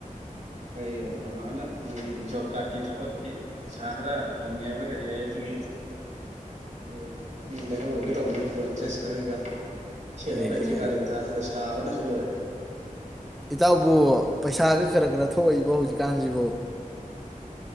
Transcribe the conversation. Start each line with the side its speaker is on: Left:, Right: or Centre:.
Right: ꯑꯩꯈꯣꯏ ꯕꯥꯕꯅꯥ ꯃꯣꯏꯒꯤ ꯖꯣꯕ ꯀꯥꯔꯠꯀꯤ ꯊꯕꯛꯀꯤ ꯄꯩꯁꯥ ꯈꯔ ꯐꯪꯉꯦ ꯍꯥꯏꯕ꯭ꯔꯥ ꯀꯔꯤ ꯍꯥꯏ ꯑꯗꯨꯒꯤ ꯑꯗꯨ ꯂꯩꯍꯧꯔꯨꯒꯦ ꯇꯧꯕꯅꯦ ꯐꯤꯔꯣꯜ <unintelligible> ꯁꯦꯠꯅꯕ
Centre: ꯑꯦ
Right: ꯂꯩꯇꯔꯦ
Centre: ꯑꯦ
Right: ꯀꯥꯂꯦꯟ ꯁꯥꯕꯅꯁꯨ ꯂꯣꯏꯔꯦ
Centre: ꯏꯇꯥꯎꯕꯨ ꯄꯩꯁꯥꯒ ꯈꯔ ꯈꯔ ꯊꯣꯛꯏꯕꯣ ꯍꯧꯖꯤꯛꯀꯥꯟꯁꯤꯕꯨ